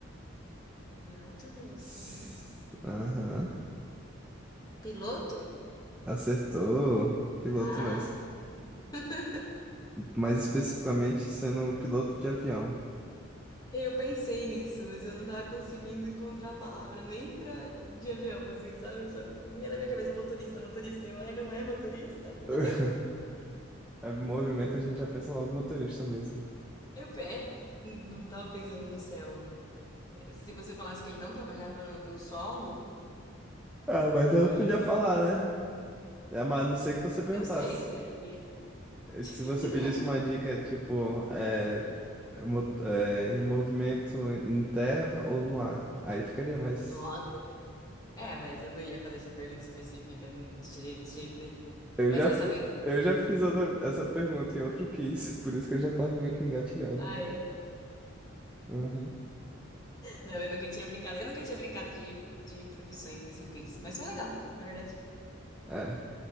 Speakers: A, on the left; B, in the centre.
A: Em alta velocidade?
B: S- Aham,
A: Piloto?
B: acertou. Piloto
A: Ah!
B: mesmo.
A: <laughs>
B: Mais especificamente sendo piloto de avião.
A: Eu pensei nisso, mas eu não tava conseguindo encontrar a palavra nem pra de avião, assim, sabe? Eu só vinha na minha cabeça motorista, motorista. Eu, ai, não é motorista?
B: <laughs>
A: <laughs>
B: É, movimento a gente já pensa logo motorista mesmo.
A: Eu pe- é, não tava pensando no céu. Se você falasse que ele não trabalhava no, no solo,
B: Ah, mas eu
A: Aí
B: não podia
A: eu,
B: falar, né? É, mas a não sei que você perguntasse.
A: eu sei que daí você ia. <laughs>
B: Se você pedisse
A: É,
B: uma dica, tipo, é, é, mo- é, em movimento em terra ou no ar, aí ficaria mais.
A: nossa. É, mas eu não ia fazer essa pergunta específica de je- de jeito nenhum.
B: Eu
A: Mas
B: já,
A: essa
B: fi-
A: vez.
B: eu já fiz outra- essa pergunta em outro quiz, <laughs> por isso que eu já tava meio que engatilhado.
A: Ah, é?
B: Uhum.
A: Não, eu nunca tinha brincado. Eu nunca tinha brincado de, de profissões nesse quiz. Mas foi legal, na verdade.
B: É,